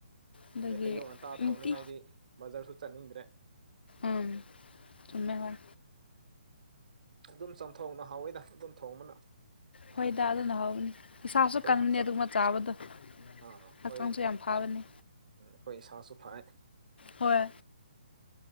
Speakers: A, on the left; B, on the right.
A: ꯑꯗꯨꯒꯤ
B: ꯑꯗꯩ ꯑꯌꯨꯛ ꯉꯟꯇꯥ
A: ꯅꯨꯡꯇꯤ
B: ꯊꯣꯡꯅꯤꯡꯉꯥꯏꯗꯤ ꯕꯖꯥꯔꯁꯨ ꯆꯠꯅꯤꯡꯗ꯭ꯔꯦ
A: ꯎꯝ ꯆꯨꯝꯃꯦ ꯍꯣꯏ
B: ꯑꯗꯨꯝ ꯆꯝꯊꯣꯡꯅ ꯍꯥꯎꯋꯦꯗ ꯑꯗꯨꯝ ꯊꯣꯡꯕꯅ
A: ꯍꯣꯏꯗ ꯑꯗꯨꯅ ꯍꯥꯎꯕꯅꯤ ꯏꯁꯥꯁꯨ
B: ꯑꯩꯈꯣꯏ
A: ꯀꯟꯅꯦ
B: ꯍꯛꯆꯥꯡ
A: ꯑꯗꯨꯒꯝ ꯆꯥꯕꯗꯣ
B: ꯑꯥ ꯑꯩꯈꯣꯏ
A: ꯍꯛꯆꯥꯡꯁꯨ ꯌꯥꯝ ꯐꯥꯕꯅꯤ
B: ꯑꯩꯈꯣꯏ ꯏꯁꯥꯁꯨ ꯐꯩ
A: ꯍꯣꯏ